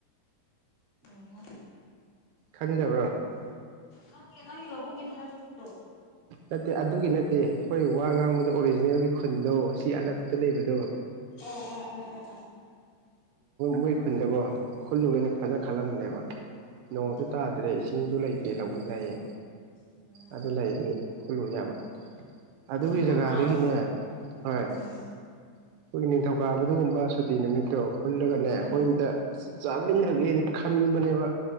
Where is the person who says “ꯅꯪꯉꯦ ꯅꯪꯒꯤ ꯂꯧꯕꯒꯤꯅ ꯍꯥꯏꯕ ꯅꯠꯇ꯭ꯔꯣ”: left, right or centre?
Left